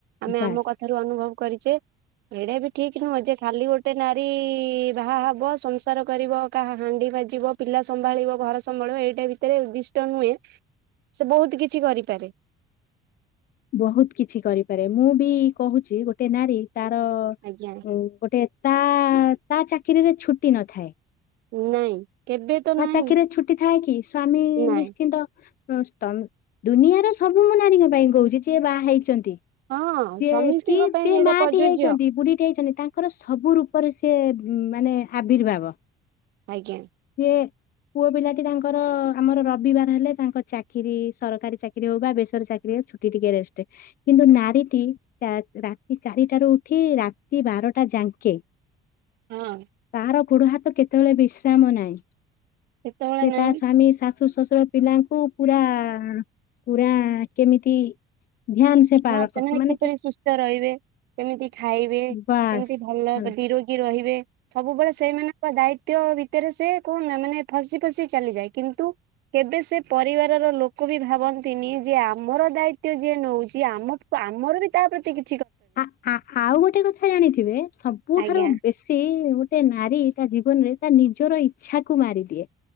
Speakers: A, on the right; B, on the left.
A: ଆମେ
B: ବାସ୍
A: ଆମ କଥାରୁ ଅନୁଭବ କରିଛେ, ଏଡା ବି ଠିକ ନୁହଁ ଖାଲି ଗୋଟେ ନାରୀ ବାହା ହବ ସଂସାର କରିବ କାହା ହାଣ୍ଡି ବାଜିବ ପିଲା ସମ୍ଭାଳିବ ଘର ସମ୍ବଳ ଏଇଟା ଭିତରେ ଉଦ୍ଦିଷ୍ଟ ନୁହେଁ। ସେ ବହୁତ କିଛି କରିପାରେ
B: ବହୁତ କିଛି କରିପାରେ ମୁଁ ବି କହୁଛି ଗୋଟେ ନାରୀ ତାର
A: ଆଜ୍ଞା
B: ଗୋଟେ ତା ତା ଚାକିରିରେ ଛୁଟି ନଥାଏ।
A: ନାଇଁ! କେବେ ତ
B: ତା
A: ନାଇଁ
B: ଚାକିରିରେ ଛୁଟି ଥାଏ କି ସ୍ଵାମୀ
A: ନାଇଁ
B: ନିଶ୍ଚିନ୍ତ ହ ଦୁନିଆର ସବୁ ମୁଁ ନାରୀଙ୍କ ପାଇଁ କହୁଛି ସି ବାହା ହେଇଛନ୍ତି
A: ହଁ
B: ଯିଏ
A: ସମିସ୍ତିଙ୍କ
B: କି ସେିଏ
A: ପାଇଁ ଏଇଟା
B: ମାଟି
A: ପ୍ରଯୁଜ୍ୟ
B: ହେଇଛନ୍ତି ବୁଢୀଟି ହେଇଛନ୍ତି ତାଙ୍କର ସବୁ ରୂପରେ ସି ମାନେ ଆବିର୍ଭାବ
A: ଆଜ୍ଞା।
B: ହଁ। ପୁଅ ପିଲାଟି ତାଙ୍କର ଆମର ରବିବାର ହେଲେ ତାଙ୍କ ଚାକିରରି ସରକାରୀ ଚାକିରରି ହଉ ବା ବେସର ଚାକିରରି ହଉ ଛୁଟି ଟିକେ ସେ କିନ୍ତୁ ନାରୀ ରାତି ଚାରିଟ ର ଉଠି ରାତି ବାରଟା ଯାଙ୍କେ
A: ହଁ
B: ତାର ବୁଢ ହାତ କେତେବେଳେ ବିଶ୍ରାମ ନାହିଁ।
A: ସେତେବେଳେ
B: ସେଟ
A: ନାଇଁ
B: ସଵାମୀ ଶ ଶଶ୍ୱଶୁର ପିଲାଙ୍କୁ ପୁରା ପୁରା କେମିତି ଧ୍ୟାନ ସେ ପାର
A: ହଁ ସେମାନେ
B: ମାନେ
A: କିପରି
B: କେ-
A: ସୁସ୍ଥ ରହିବେ କେମିତି ଖାଇବେ
B: ବାସ୍
A: କେମିତି ଭଲ
B: ହେଲା
A: ବିରୋଗୀ ରହିବେ ସବୁବେଳେ ସେଇମାନଙ୍କ ଦାୟିତଵ ଭିତରେ ସେ କଣ ମାନେ ଫସି ଫସି ଚାଲିଯାଏ, କିନ୍ତୁ କେବେ ସେ ପରିବାରର ଲୋକ ବି ଭାବନ୍ତିନି ଯେ ଆମର ଦାୟିତଵ ଯିଏ ନଉଛି ଯିଏ ଆମ ଆମର ବି ତା ପ୍ରତି କି
B: ଆ ଆଉ ଗୋଟେ କଥା ଜାଣିଥିବେ ସବୁଠାରୁ
A: ଆଜ୍ଞା
B: ବେଶୀ ଗୋଟେ ନାରୀ ତା ଜୀବନରେ ତା ନିଜର ଇଚ୍ଛା କ ମାରିଦିଏ।